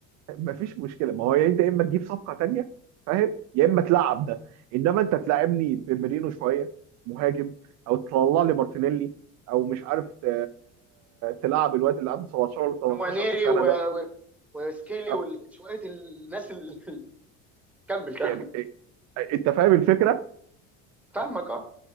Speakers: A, on the right; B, in the centre.
A: مفيش مشكله ما هو يا انت يا اما تجيب صفقه تانية فاهم يا اما تلعب ده انما انت تلعبني بميرينو شويه مهاجم او تطلع لي مارتينيلي او مش عارف ت- تلعب الواد اللي عنده 17
B: نوانيري
A: ولا 18 سنه
B: و...
A: ده
B: و... وسكيلي
A: أه،
B: وشويه الناس اللي <laughs> كمل كمل
A: يعني إيه؟ إيه، انت فاهم الفكره
B: فاهمك اه